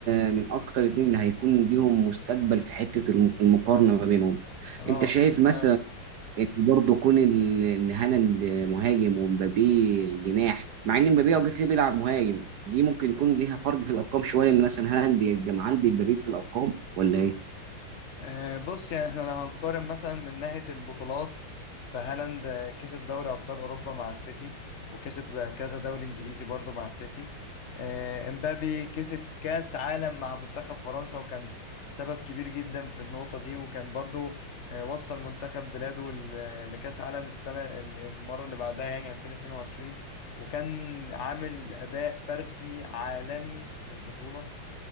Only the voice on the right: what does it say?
آه، من اكتر الاثنين اللي هيكون ليهم مستقبل في حته الم- المقارنه ما بينهم
انت شايف مثلا
ان برضه كون ال- ان هالاند مهاجم ومبابي جناح مع ان مبابي اوقات كتير بيلعب مهاجم دي ممكن يكون ليها فرق في الارقام شويه ان مثلا هالاند يبقى عندي مبابي في الارقام ولا ايه؟